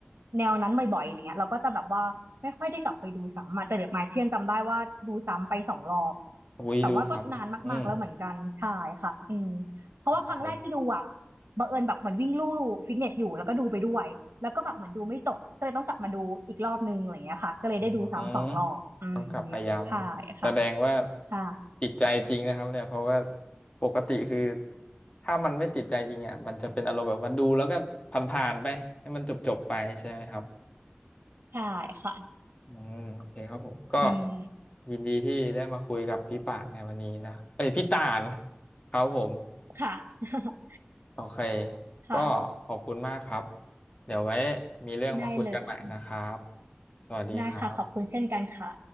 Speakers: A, on the right; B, on the left.
A: แนวนั้นบ่อยๆอะไรเงี้ยเราก็จะแบบว่าไม่ค่อยได้กลับไปดูซ้ำอะแต่เดอะมาร์เชียนจำได้ว่าดูซ้ำไปสองรอบ
B: อุ้ยดูซ้ำอืม
A: แต่ว่าก็นานมากๆแล้วเหมือนกันใช่ค่ะอืมเพราะว่าครั้งแรกที่ดูอะ
B: โอเค
A: บังเอิญแบบเหมือนวิ่งลู่ฟิตเนสอยู่แล้วก็ดูไปด้วยแล้วก็แบบเหมือนดูไม่จบก็เลยต้องกลับมาดูอีกรอบนึงอะไรอย่างเงี้ยค่ะก็เลยได้ดูซ้ำสองรอบอืม
B: อืมต้องกลับไปย้ำแสดงว่า
A: ใช่ค่ะใช่
B: ติดใจจริงนะครับเนี่ยเพราะว่าปกติคือถ้ามันไม่ติดใจจริงอ่ะมันจะเป็นอารมณ์แบบว่าดูแล้วก็ผ่านๆไปให้มันจบๆไปใช่ไหมครับ
A: ใช่ค่ะ
B: อืมโอเคครับผมก็
A: อืม
B: ยินดีที่ได้มาคุยกับพี่ป่านในวันนี้นะเอ้ยพี่ต่านครับผม
A: ค่ะ
B: โอเค
A: <laughs> ค่ะ
B: ก็ขอบคุณมากครับเดี๋ยวไว้มีเรื่องมาคุยกันใหม่นะครับ
A: ได้เลย
B: สวัสดีครับ
A: ได้ค่ะขอบคุณเช่นกันค่ะ